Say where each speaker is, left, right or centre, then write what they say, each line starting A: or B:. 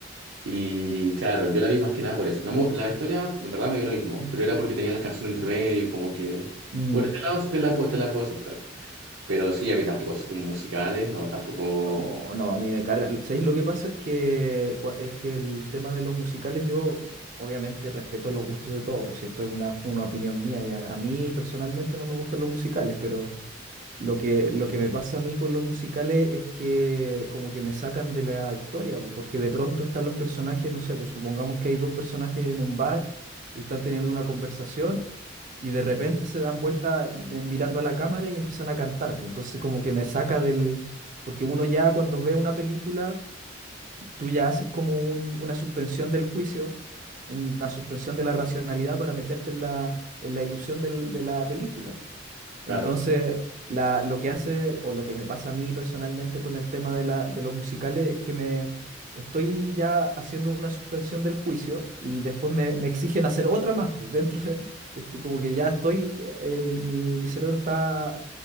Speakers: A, on the right; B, on the right.
A: Y claro, yo la vi más que nada por eso. No mo- la historia, en verdad, me dio lo mismo, pero era porque tenían las canciones entre medio y como que,
B: Mm.
A: por ese lado sí te la, puedo- te la puedo aceptar. Pero sí, a mí tampoco sé como musicales, no, tampoco,
B: No, no, a mí me carga. ¿Sabéis lo que pasa? Es que, cua- es que el tema de los musicales, yo obviamente respeto los gustos de todos, pues si esto es una, una opinión mía. ya- A mí personalmente no me gustan los musicales, pero lo que, lo que me pasa a mí con los musicales es que como que me sacan de la historia, pues, porque de pronto están los personajes, no sé, pues supongamos que hay dos personajes en un bar y están teniendo una conversación y de repente se dan vuelta eh, mirando a la cámara y empiezan a cantar, pues entonces como que me saca del... Porque uno ya cuando ve una película, tú ya haces como un- una suspensión del juicio, una suspensión de la racionalidad para meterte en la, en la ilusión del- de la película.
A: claro.
B: Entonces, la- lo que hace o lo que me pasa a mí personalmente con el tema de, la, de los musicales es que me estoy ya haciendo una suspensión del juicio y después me, me exigen hacer otra más. Pues dentro de, <laughs> este, como que ya estoy, eh, mi, mi- mi cerebro está,